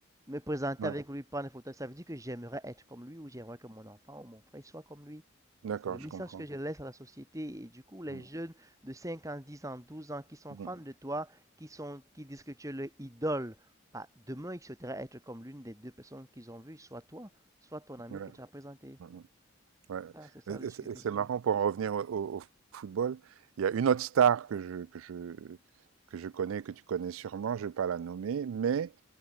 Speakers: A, on the right (about 15°); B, on the right (about 85°).
A: me présenter
B: Ouais,
A: avec lui, prendre des photos. Ça veut dire que j'aimerais être comme lui ou j'aimerais que mon enfant ou mon frère soit comme lui.
B: d'accord,
A: C'est le message
B: je comprends.
A: que je laisse à la société. Et du coup, les
B: Mm,
A: jeunes de 5 ans, 10 ans, 12 ans qui sont
B: mm,
A: fans de toi, qui sont, qui disent que tu es leur idole, bah, demain, ils souhaiteraient être comme l'une des deux personnes qu'ils ont vues, soit toi, soit ton ami
B: ouais,
A: que tu as présenté.
B: mm, mm, ouais.
A: C'est ça, c'est ça
B: Et,
A: le
B: et
A: suivisme.
B: c'est et c'est marrant pour en revenir au, au- au football. Il y a une autre star que je que je que je connais, que tu connais sûrement. Je ne vais pas la nommer, mais